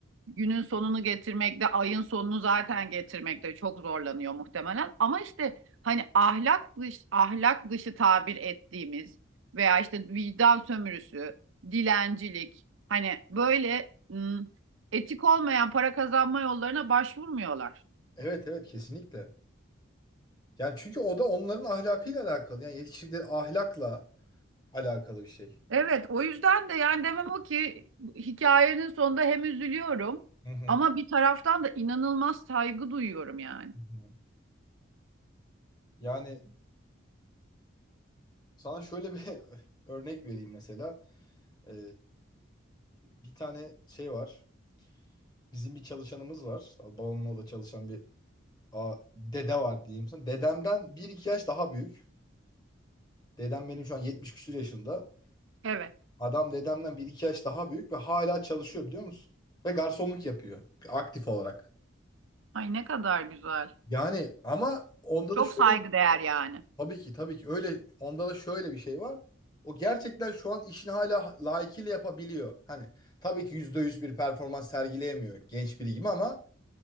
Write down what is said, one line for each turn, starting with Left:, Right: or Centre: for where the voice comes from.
Right: günün sonunu getirmekte ayın sonunu zaten getirmekte çok zorlanıyor muhtemelen. Ama işte hani ahlak dış ahlak dışı tabir ettiğimiz veya işte vicdan sömürüsü, dilencilik hani böyle ım, etik olmayan para kazanma yollarına başvurmuyorlar.
Left: Evet evet kesinlikle. Yani çünkü o da onların ahlakıyla alakalı. Yani yetiştirdikleri ahlakla alakalı bir şey.
Right: Evet, o yüzden de yani demem o ki hikayenin sonunda hem üzülüyorum
Left: Hı hı.
Right: ama bir taraftan da inanılmaz saygı duyuyorum yani.
Left: Hı hı. Yani sana şöyle bir <laughs> örnek vereyim mesela. Ee, bir tane şey var. Bizim bir çalışanımız var. Babamın orada çalışan bir a, dede var diyeyim sana. Dedemden bir iki yaş daha büyük. Dedem benim şu an 70 küsur yaşında.
Right: Evet.
Left: Adam dedemden bir iki yaş daha büyük ve hala çalışıyor biliyor musun? Ve garsonluk yapıyor aktif olarak.
Right: Ay ne kadar güzel.
Left: Yani ama onda
Right: Çok
Left: da şöyle
Right: saygıdeğer
Left: bir-
Right: yani.
Left: tabii ki tabii ki öyle onda da şöyle bir şey var. O gerçekten şu an işini hala layıkıyla yapabiliyor. Hani tabii ki %100 bir performans sergileyemiyor genç biri gibi ama